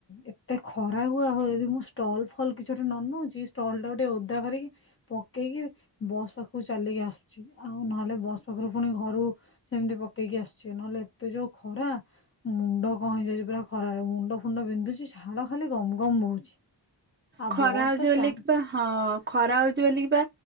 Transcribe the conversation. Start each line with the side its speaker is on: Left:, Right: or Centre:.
Left: ଏତେ ଖରା ହୁଆ ହୁଏ ଯଦି ମୁଁ ଷ୍ଟଲ ଫଲ କିଛି ଗୋଟେ ନ ନେଉଛି। ଷ୍ଟଲ ଟା ଟିକେ ଓଦା କରିକି ପକେଇକି ବସ୍ ପାଖକୁ ଚାଲିକି ଆସୁଛି ଆଉ ନହେଲେ ବସ୍ ପାଖରୁ ପୁଣି ଘରୁ ସେମିତି ପକେଇକି ଆସୁଛି ନହେଲେ ଏତେ ଯୋଉ ଖରା ମୁଣ୍ଡ କ ହେଇଯାଉଛି ପୁରା ଖରାାରେ ମୁଣ୍ଡ ଫୁଣ୍ଡ ବିନ୍ଧୁଛି ଝାଳ ଖାଲି ଗମ ଗମ ବହୁଛି। ଆଉ
Right: ଖରା
Left: ବସ
Right: ହଉଛି
Left: ଟା
Right: ବୋଲି
Left: ଚାନ୍
Right: କିବା ହଁ ଖରା ହଉଛି ବୋଲିିକିବା